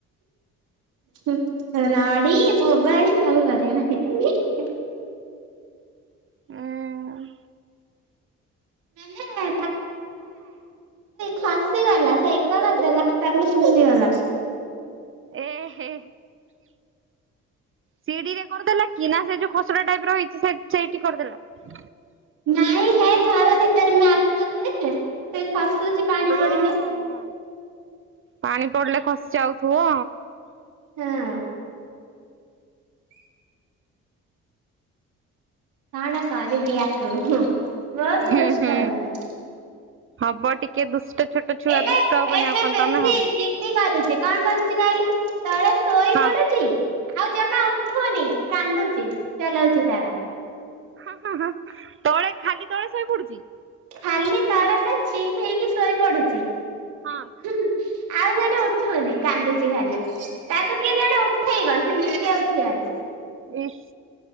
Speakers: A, on the right (about 90°); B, on the right (about 45°).
A: ହଁ ରାଡି ବୋବାଡି ସବୁ କରିବ ନାହିଁ
B: ଉଁ
A: ମାନେ ଖାସି ଗଲା ସେ ଏକା କରିତ ଦେଲା ତାପରେ ଶୁସି ଗଲା।
B: ଏହ। ସିଡିରେ କରିଦେଲା କି ନା ସେ ଯୋଉ ଖସଡା ଟାଇପ ର ହେଇଛି ସେଇଠି କରିଦେଲା।
A: ନାଇଁ ହେ ଘର ଭିତରେ ମାର୍ବଲରେ ସେ ଖସୁ କିଛି ପାଣି
B: ହଁ
A: ପଡିଲେ,
B: ହଁ ହଁ ପାଣି ପଡିଲେ ଖସି ଆଉଥିବ
A: ହଁ, କଣ କରିବି ଆାକୁ ହୁଁ ବହୁତ
B: ହୁଁ
A: ଦୁଷ୍ଟ
B: ହୁଁ।
A: ହଉଛି।
B: ହବ ଟିକେ ଦୁଷ୍ଟ, ଛୋଟ ଛୁଆ
A: ଏବେ
B: ଦୁଷ୍ଟ ହବନି
A: ଏବେ
B: ଆଉ କଣ
A: ବେଶୀ
B: ତମେ ହବ
A: ଜିିଦି କରୁଛି କଣ କରୁଛି କଇଲ ତଳେ ଶୋଇ
B: ହଁ।
A: ପଡୁ ଚି ଆଉ ଜମା ଉଠୁନି କାନ୍ଦୁଚି ଚଲାଉଛି ତାର
B: ହାଁ ହାଁ ହାଁ ତଳେ ଖାଲି ତଳେ ଶୋଇ ପଡୁଛି?
A: ଖାଲି ତଲେ ପୁରା ଚିତ୍ ହେଇକି ଶୋଇ ପଡୁଚି।
B: ହଁ
A: ହୁଁ ହୁଁ ଆଉ ସେଠୁ ଉ ଉଠୁନି କାନ୍ଦୁଚି ଖାଲି ତାକୁ କିଏ ଜଣେ ଉଠେଇବ ସେ ନିଜେ ଉଠିବନି।
B: ଏହେ